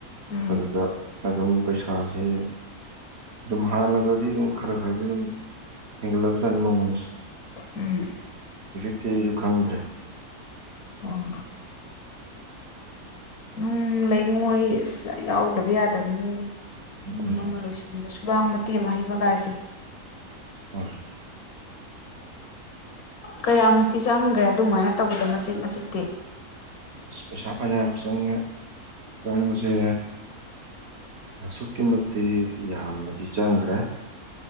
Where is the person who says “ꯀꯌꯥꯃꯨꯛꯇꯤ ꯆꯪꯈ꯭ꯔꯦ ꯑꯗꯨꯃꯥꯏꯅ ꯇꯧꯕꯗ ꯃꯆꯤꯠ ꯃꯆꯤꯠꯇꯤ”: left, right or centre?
Left